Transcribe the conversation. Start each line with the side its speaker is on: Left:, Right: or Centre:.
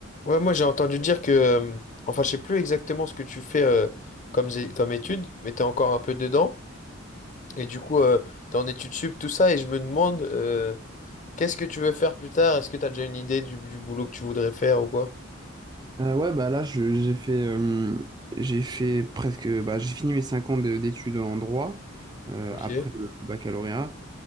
Left: Ouais, moi j'ai entendu dire que, euh, enfin je sais plus exactement ce que tu fais euh, comme, zé- comme étude, mais t'es encore un peu dedans, et du coup euh, t'es en études sup, tout ça, et je me demande euh, qu'est-ce que tu veux faire plus tard? Est-ce que t'as déjà une idée du, du boulot que tu voudrais faire ou quoi?
Right: Euh, ouais, bah là, je- j'ai fait, euh, j'ai fait presque, bah, j'ai fini mes 5 ans de- d'études en droit euh,
Left: Ok.
Right: après le, le baccalauréat.